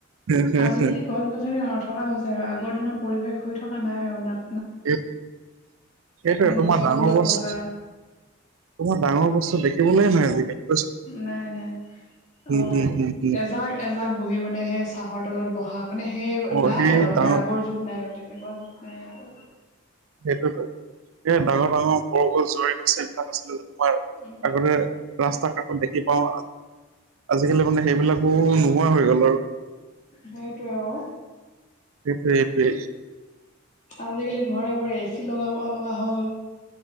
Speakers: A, on the right (about 80°); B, on the left (about 35°).
A: সেই
B: আজিকালি গছ গছনি নথকা হৈছে হয় আগৰ দিনৰ পৰিৱেশ হৈ থকা নাই আৰু নাত
A: এই এইটোৱে তোমাৰ
B: গছৰ
A: ডাঙৰ
B: তলত
A: গছ
B: বহা
A: তোমাৰ ডাঙৰ বস্তু দেখিবলে নাই আজি কালি
B: নাই নাই অ
A: হুম, হুম, হুম।
B: এজাক এজাক বহি মানে সেই চাহৰ তলত বহা মানে সেই
A: অ',
B: নাই আৰু
A: ডাঙৰ
B: সেই আগৰ যুগ নাই আৰু তেনেকুৱা যুগ নাই আকৌ
A: সেইটোৱেতো এ ডাঙৰ ডাঙৰ বৰগছ জৰীগছ সেই বিলাক আছিলে যে তোমাৰ
B: উম
A: আগতে ৰাস্তাৰ কাষ দেখি পাওঁ আজিকালি মানে সেইবিলাকো নোহোৱা হৈ গ'ল আৰু
B: সেইটোৱে অ
A: এইটোৱে এইটোৱে
B: আজিকালি ঘৰে ঘৰে এ চি লগাব লগা হ'ল